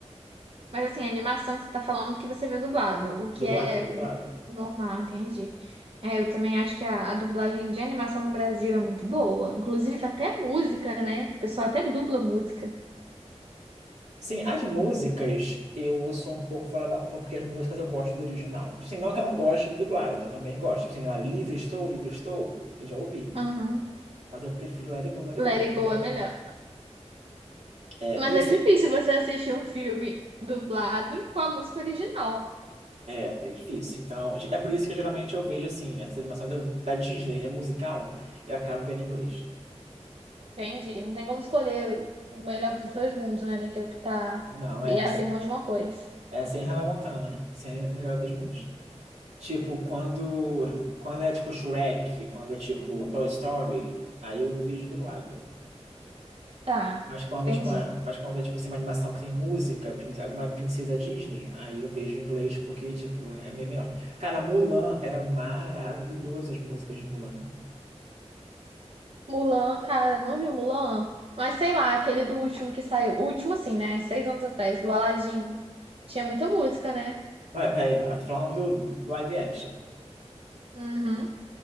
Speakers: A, on the right; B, on the right.
A: Mas assim, a animação que você tá falando que você viu dublado, o que
B: Dublado,
A: é
B: dublado.
A: normal, entendi. É, eu também acho que a, a dublagem de animação no Brasil é muito boa. Inclusive até música, né? O pessoal até dubla música.
B: Sim, as músicas eu sou um pouco fora da curva, porque as músicas eu gosto do original. Assim, não que eu não goste do dublado, então eu também gosto. Assim, lá, Livre Estou, Livre Estou, eu já ouvi.
A: Aham.
B: Mas eu prefiro Let It Go, Let It
A: Let
B: Go,
A: It
B: entendeu?
A: Go é melhor.
B: É,
A: Mas
B: e eu,
A: é
B: sei-
A: difícil você assistir um filme dublado com a música original.
B: é, é difícil. Então, é por isso que eu, geralmente eu vejo assim, essas animações eu- da Disney, né, musical, eu acabo vendo em inglês.
A: Entendi. Não tem Vamos escolher o melhor dos dois mundos, né? Tem que optar
B: Não, é,
A: e abrir mão de uma coisa.
B: é sem Hannah Montana, sem Melhor dos Mundos. Tipo, quando, quando é tipo Shrek, quando é tipo Toy Story, aí eu vejo dublado.
A: Tá,
B: Mas quando,
A: entendi.
B: é, tipo, a- mas quando é, tipo, assim, uma animação que tem música, prin- alguma princesa Disney, aí eu vejo em inglês, porque, tipo, é meio melhor. Cara, Mulan era maravilhoso as músicas de Mulan.
A: Mulan, cara, não viu Mulan? Mas sei lá, aquele do último que saiu. O último, assim, né? Seis anos atrás, do Aladdin. Tinha muita música, né?
B: vai velho, eu tô falando do live action.
A: Uhum.